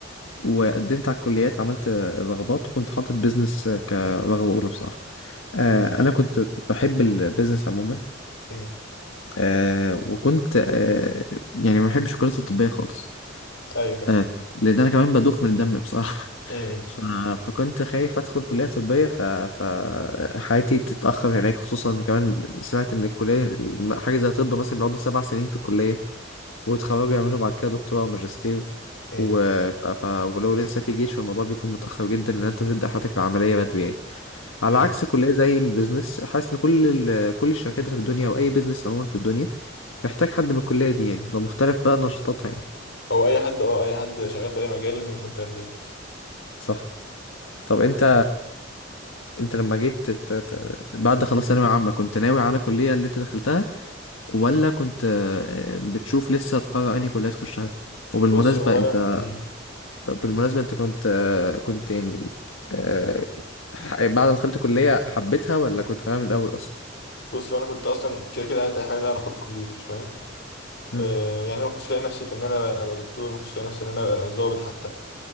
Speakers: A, on the left; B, on the left.
A: وقدمت على الكليات عملت آه، رغبات وكنت حاطط بيزنس كرغبه اولى بصراحه آه،
B: امم
A: انا كنت بحب البيزنس عموما
B: امم
A: آه وكنت آه يعني ما بحبش الكريات الطبية خالص
B: ايوه فاهم
A: آه لأن أنا كمان بدوخ من الدم بصراحة
B: امم
A: <laughs> ف... فكنت خايف أدخل كلية طبية ف... فحياتي تتأخر هناك خصوصا إن كمان سمعت إن الكلية الم- حاجة زي طب مثلا بيقعدوا سبع سنين في الكلية ويتخرجوا يعملوا بعد كده دكتوراه أو ماجستير
B: امم
A: و... ف... ف- ولو لسه في جيش فالموضوع بيكون متأخر جدا إن أنت تبدأ حياتك العملية بدري يعني على
B: امم
A: عكس كلية زي البيزنس حاسس ان كل ال- كل الشركات اللي في الدنيا او اي بيزنس عموما في الدنيا محتاج حد من الكلية دي يعني بمختلف بقى نشاطاتها يعني
B: هو اي حد اه اي حد شغال في اي مجال لازم يكون فاهم بيزنس
A: صح طب انت انت لما جيت ت... ت... بعد خلاص ثانوية عامة كنت ناوي على الكلية اللي انت دخلتها ولا كنت آه، بتشوف لسه تقرر انهي كلية تخشها وبالمناسبة
B: بص هو
A: انت
B: انا امم
A: بالمناسبة انت كنت آه، كنت يعني آه، ح- بعد ما دخلت كلية حبيتها ولا كنت حاببها من الأول أصلا؟
B: بص هو انا كنت اصلا كده كده عايز اي حاجة لها علاقة بالكمبيوتر فاهم
A: مم.
B: آه يعني أنا ما كنتش لاقي نفسي في ان انا ابقى دكتور ما كنتش لاقي نفسي ان انا ابقى ضابط حتى